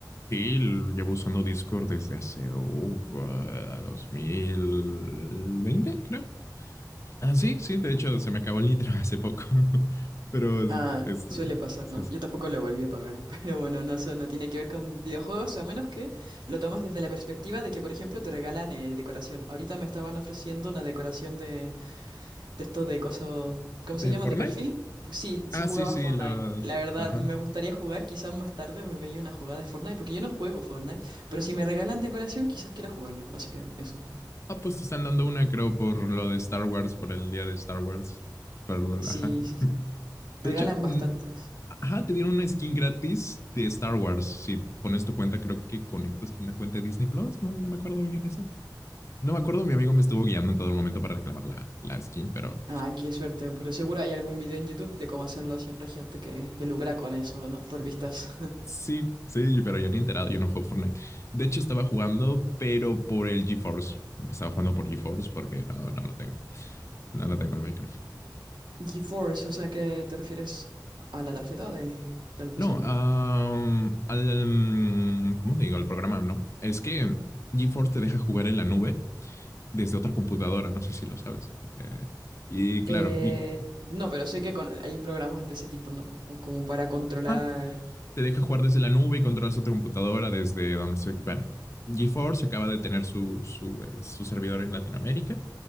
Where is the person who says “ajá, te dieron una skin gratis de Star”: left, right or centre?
Left